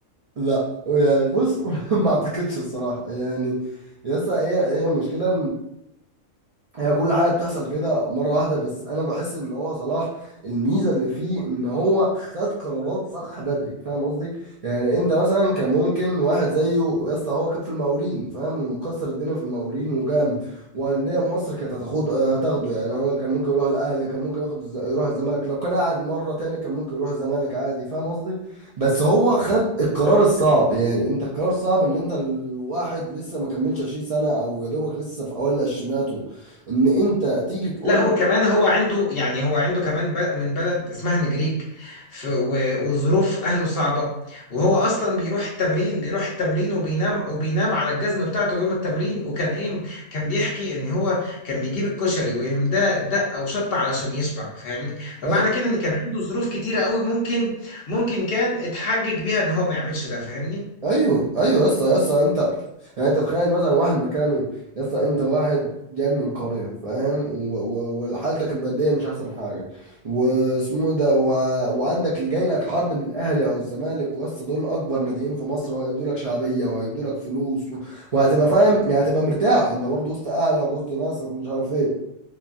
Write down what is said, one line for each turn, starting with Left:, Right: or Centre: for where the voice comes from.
Right: لا يعني بص <laughs> ما اعتقدش الصراحة يعني يسا هي هي المشكلة هي كل حاجه بتحصل كده مره واحده بس انا بحس ان هو صلاح الميزه اللي فيه ان هو خد قرارات صح بدري فاهم قصدي يعني انت مثلا كان ممكن واحد زيه يا اسطى هو كان في المقاولين فاهم ومكسر الدنيا في المقاولين وجامد وانديه مصر كانت هتاخد آه، هتاخده يعني هو كان ممكن يروح الاهلي كان ممكن ياخد الز- يروح الزمالك لو كان قاعد مره تاني كان ممكن يروح الزمالك عادي فاهم قصدي بس هو خد القرار الصعب يعني انت القرار صعب ان انت الواحد لسه ما كملش 20 سنه او يا دوبك لسه في اوائل عشريناته ان انت تيجي تقول
Left: لا وكمان
Right: له
Left: هو عنده يعني هو عنده كمان ب- من بلد اسمها نجريج ف- و- وظروف أهله صعبة وهو أصلا بيروح التمرين بيروح التمرين وبينام وبينام على الجزم بتاعته يوم التمرين وكان إيه كان بيحكي إن هو كان بيجيب الكشري ويقوم ده دقة وشطة علشان يشبع فاهمني فمعنى
Right: ايوه
Left: كده إن كان عنده ظروف كتيرة قوي ممكن ممكن كان اتحجج بيها إن هو ما يعملش ده فاهمني
Right: ايوه ايوه يسا يسا انت يعني انت تخيل مثلا واحد مكانه يسا انت واحد جاي من قريه فاهم و- و- وحالتك الماديه مش احسن حاجه واسمه ده و... وعندك جاي لك عرض من الاهلي او الزمالك ويسا دول اكبر ناديين في مصر وهيدوا لك شعبيه وهيدوا لك فلوس و... وهتبقى فاهم يعني هتبقى مرتاح انت برضه وسط اهلك وسط ناسك ومش عارف ايه